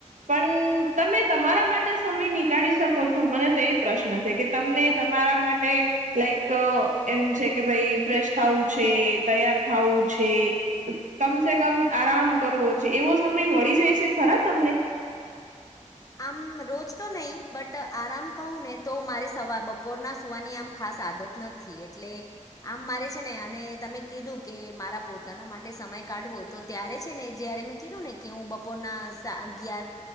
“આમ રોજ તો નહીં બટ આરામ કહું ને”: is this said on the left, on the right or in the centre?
Left